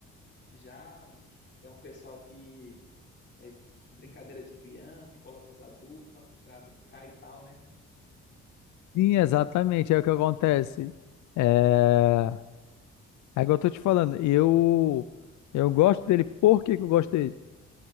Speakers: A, on the left; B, on the left.
A: Já que é um pessoal que é brincadeira de criança e coloca os adultos pra, pra brincar e tal, né?
B: Sim, exatamente, é o que acontece. É... É igual eu tô te falando, eu, eu gosto dele, por que que eu gosto dele?